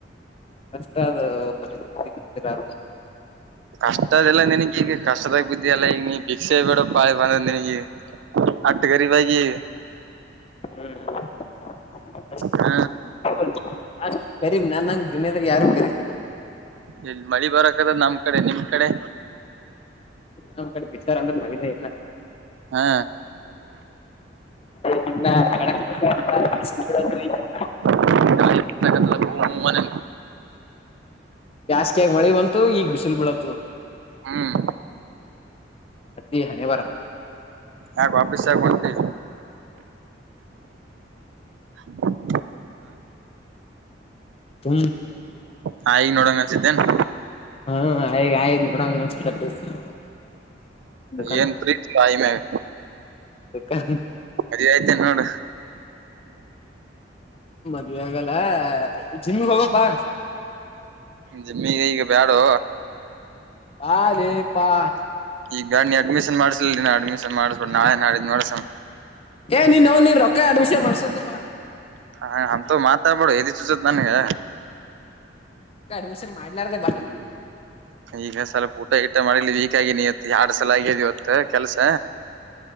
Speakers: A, on the left; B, on the right.
A: ಅಷ್ಟ ಅದು ಸಿಗರ
B: ಕಷ್ಟದಲ್ಲ ನನ್ಗ್ ಈಗ ಕಷ್ಟದಾಗ ಬಿದ್ದಿ ಎಲ್ಲ ಈಗ ನೀ ಬಿಿಕ್ಷಸ ಬೇಡ ಪಳೆ ಪಂದಿನಗೆ ಆಟಗ ಬಕಿ
A: ಹ್ಮ್
B: ಹ
A: ಅಷ್ಟ ಅಷ್ಟ ಗರೀಬ್ ನನ್ಂಗ ದುನಿಯಾದಾಗ ಯಾರು ಗರೀಬ ಇಲ್ಲ
B: ಇಲ್ಲಿ ಮಳಿ ಬರಕದ ನಮ್ ಕಡೆ ನಿಮ್ ಕಡೆ
A: ನಮ್ ಕಡೆ ಅಂದ್ರೆ ಮಾಡಿದೆೇ ಇಲ್ಲ
B: ಹಾ
A: ಇನ್ನಕ್ಕೆ ತಿ ಕ
B: ಲ್ಲ ಹಾನ
A: ಜಸ್ಕಿಯಗ ಮಳೆ ಬಂತು ಈಗ್ ಬಿಸಿಲ್ ಬೀಳತು
B: ಹ್ಮ್
A: ಇ ಹಣೆ ಬರ
B: ಹಾ ಗಫ ಸ ಗಟೀ ಹ
A: ಹ
B: ಹಾ ಈಗ್ ನೋಡಂಗ ಅನ್ಸಿದ್ದೇನೆ
A: ಹಾ ಆ ನೋಡಂಗ ದದುಕಾನ
B: ಏನ್ ಪ್ರೀತಿ ತಾಯಿ ಮ್ಯಾಗ
A: ಹ
B: ಸರಿ ಆಯ್ತೆ ನೋಡ
A: ಮದ್ವೆ ಆಗಲ್ಲ ಜಿಮಿಗೆ ಹೋಗಪ್ಪಾ
B: ಜಮ್ಮಗ ಈಗ ಬ್ಯಾಡು
A: ಹಾಲೇಪಾ
B: ಈಗಾ ನೀ ಅಡ್ಮಿಷನ್ ಮಾಡ್ಸಲ್ರಿ ನಾ ಅಡ್ಮಿಷನ್ ಮಾಡ್ಸ್ಬ ನಾಳೆ ನಾಡಿದ ಮಾಡಸ
A: ಏ ನೀನ್ ಅವ್ ನೀನ್ ರೊಕ್ಕ ಅಡ್ಮಿಷನ್ ಮಾಡ್ಸಂತೇಪ್ಪ
B: ಹ ಅಮಂತ ಮಾತಾಡ್ಬೇಡು ಇದ ಚುಸತ್ ನನ್ಗೆ
A: ಅ್ಮಷನ್ ಮಾಡ್ಲಾರ್ದೇ ಬಟ್ಟ
B: ಈಗ ಸ್ವಲ್ಪ ಊಟ ಟ ಮಾಡಿಲ ಈಕ ಆಗನಿ ಇತ್ತು ಎಡ್ ಸಲ ಆಗಿದ ಇವತ್ತು ಕೆಲ್ಸ